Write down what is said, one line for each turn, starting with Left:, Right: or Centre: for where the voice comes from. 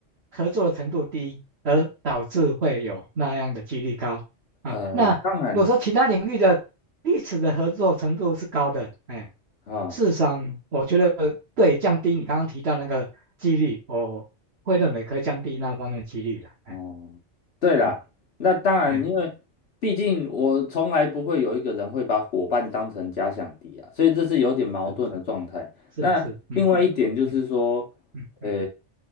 Right: 合作的程度低，而导致会有那样的几率高啊？
Left: 呃，
Right: 那如果说其他领域的彼此的合作程度是高的，
Left: 当然
Right: 哎，
Left: 啊。
Right: 事实上我觉得对降低你刚刚提到那个几率，我会认为可以降低那方面的几率的，哎
Left: 哦，对啦，
Right: 嗯
Left: 那当然，
Right: 嗯。
Left: 因为毕竟我从来不会有一个人会把伙伴当成假想敌啊，所以这是有点矛盾的状态。
Right: 是不是是是，
Left: 那另外一点就是说，
Right: 嗯嗯嗯嗯，嗯
Left: 呃，